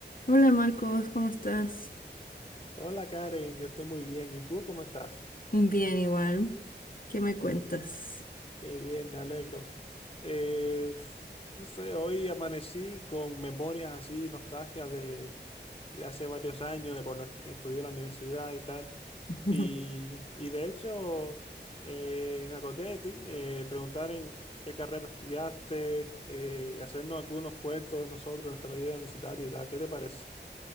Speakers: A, on the left; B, on the left.
A: Hola Marcos, ¿cómo estás?
B: Hola Karen, yo estoy muy bien. ¿Y tú cómo estás?
A: Bien, igual. ¿Qué me cuentas?
B: Qué bien, me alegro. Eh, f- no sé, hoy amanecí con memorias así, nostalgia de, de hace varios años, de cuando est- estudié en la universidad y tal.
A: <laughs>
B: Y, y de hecho, eh, me acordé de ti, eh, preguntar en qué carrera estudiaste, eh, hacernos algunos cuentos de nosotros, nuestra vida universitaria y tal. ¿Qué te parece?